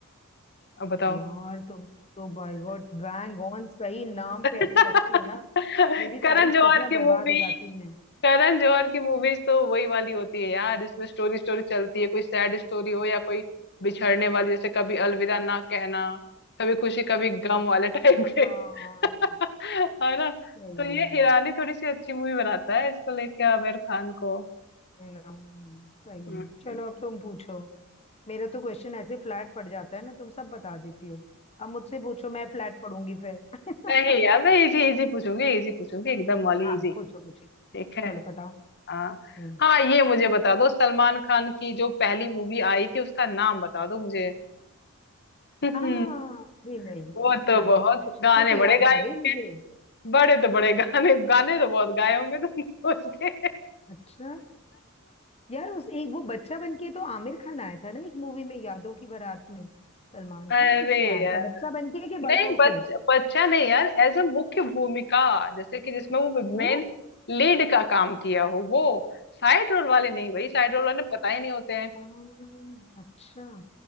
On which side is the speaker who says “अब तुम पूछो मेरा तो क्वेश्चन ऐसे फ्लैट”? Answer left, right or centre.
Left